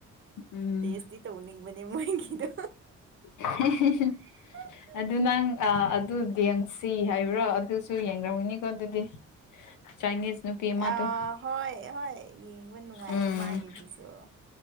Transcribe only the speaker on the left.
ꯎꯝ
<unintelligible>
ꯑꯗꯨ ꯅꯪ ꯑꯗꯨꯗꯤꯡꯁꯤ ꯍꯥꯏꯕ꯭ꯔꯣ ꯑꯗꯨꯁꯨ ꯌꯦꯡꯔꯝꯅꯤꯀꯣ ꯑꯗꯨꯗꯤ ꯆꯥꯏꯅꯤꯁ ꯅꯨꯄꯤ ꯑꯃꯗꯣ
ꯎꯝ